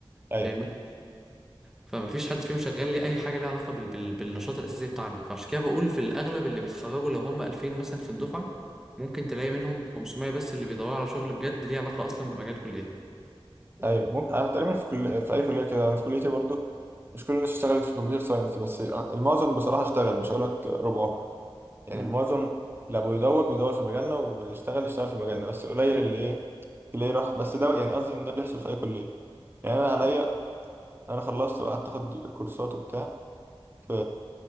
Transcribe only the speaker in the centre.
فاهمني فمفيش حد فيهم شغال لي اي حاجه ليها علاقه بال... بال... بالنشاط الاساسي بتاعنا فعشان كده بقول في الاغلب اللي بيتخرجوا لو هم 2000 مثلا في الدفعه ممكن تلاقي منهم 500 بس اللي بيدوروا على شغل بجد ليه علاقه اصلا بمجال كليتنا
مم.